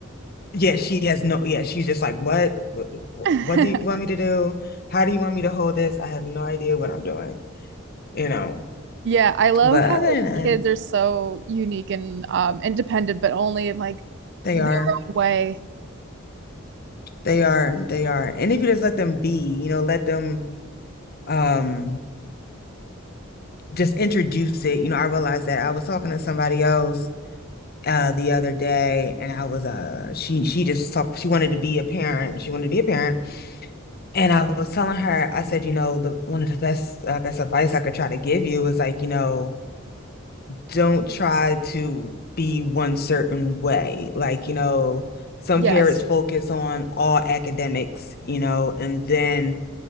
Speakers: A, on the left; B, on the right.
A: yeah, she has no yeah, she's just like what what
B: <laughs>
A: what do you want me to do? How do you want me to hold this? I have no idea what I'm doing, you know.
B: Yeah, I love
A: But
B: how
A: other than that,
B: kids are so unique and um, independent, but only in like
A: they
B: their
A: are
B: own way.
A: they are they are, and if you just let them be, you know, let them um. just introduce it. You know, I realized that I was talking to somebody else uh the other day and I was uh she she just was talk she wanted to be a parent. She wanted to be a parent. And I was telling her, I said, you know, the one of the best I guess advice I could try to give you is like, you know, don't try to be one certain way. Like, you know, some
B: Yes,
A: parents focus on all academics, you know, and then